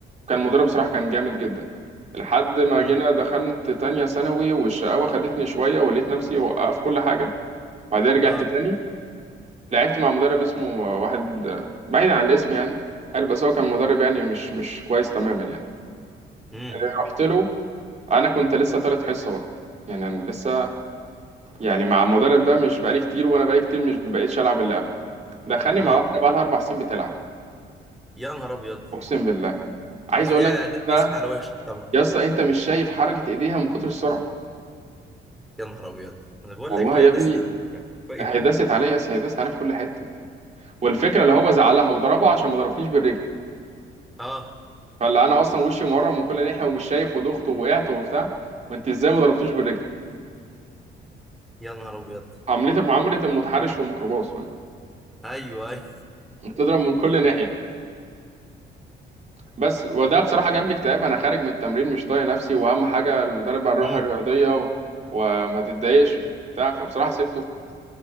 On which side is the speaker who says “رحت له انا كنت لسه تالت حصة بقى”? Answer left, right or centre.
Right